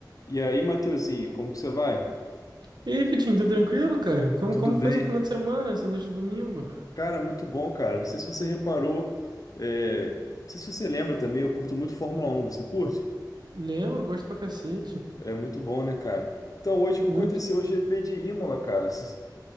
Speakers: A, on the left; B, on the right.
A: E aí, Mateuzinho, como que você vai?
B: E aí, Vitinho, tudo tranquilo, cara? Como,
A: Tudo
B: como
A: bem?
B: foi seu final de semana, essa noite de domingo?
A: Cara, muito bom, cara. Não sei se você reparou, é, não sei se você lembra também, eu curto muito Fórmula Um. Você curte?
B: Lembro, gosto pra cacete.
A: É muito bom, né, cara? Então, hoje aconteceu
B: Muito.
A: o GP de Imola, cara. Você